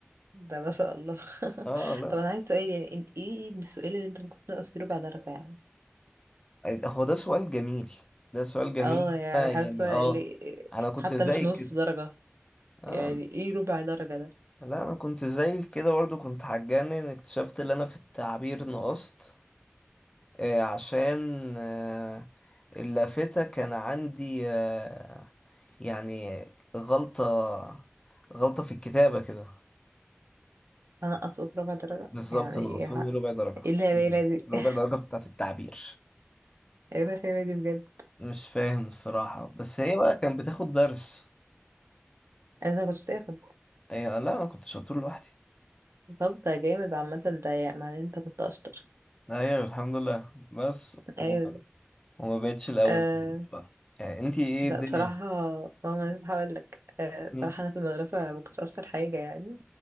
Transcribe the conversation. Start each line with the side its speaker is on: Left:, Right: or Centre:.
Right: ده ما شاء الله <laughs>
Left: اه لا
Right: طب انا عايز سؤال يعني إن- ايه السؤال اللي انت ممكن تنقص فيه ربع درجة يعني
Left: هو ده سؤال جميل ده سؤال جميل
Right: اه يعني
Left: آه، يعني
Right: حتى
Left: اه
Right: اللي
Left: انا كنت
Right: حتى
Left: زي
Right: مش نص
Left: كده
Right: درجة
Left: آه
Right: يعني ايه ربع درجة ده
Left: لا انا كنت زي كده برضو كنت هتجنن ان اكتشفت ان انا في التعبير نقصت آه عشان آه اللافتة كان عندي آه يعني غلطة غلطة في الكتابة كده
Right: هنقصه بربع درجة
Left: بالظبط
Right: يعني
Left: ناقصاني
Right: ايه ح-
Left: ربع درجة
Right: إيه الهبالة دي
Left: ربع
Right: <laughs>
Left: درجة بتاعت التعبير
Right: ايه الهبالة دي بجد
Left: مش فاهم الصراحة بس هي بقى كانت بتاخد درس
Right: انا كنت تاخد
Left: هي لا أنا كنت شاطر لوحدي
Right: طب ده جامد عامة ده يعني معناه إن انت كنت اشطر
Left: أيوة الحمد لله بس و-
Right: ايوه
Left: وما بقتش الأول
Right: آه،
Left: خالص بقى يعني أنتي إيه
Right: لا
Left: الدنيا؟
Right: بصراحة ماما مش هقول لك آه، بصراحة
Left: م-
Right: أنا في المدرسة ما كنتش أشطر حاجة يعني